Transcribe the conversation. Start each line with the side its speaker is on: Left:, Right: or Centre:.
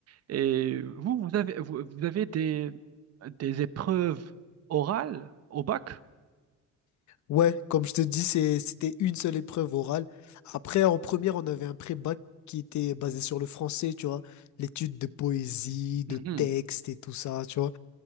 Right: Et vous, vous avez, vous, vous avez des, des épreuves orales au bac?
Left: Ouais, comme je te dis, c'est- c'était une seule épreuve orale. Après, en première, on avait un pré-bac qui était basé sur le français, tu vois, l'étude de poésie, de
Right: Mhm.
Left: texte et tout ça, tu vois.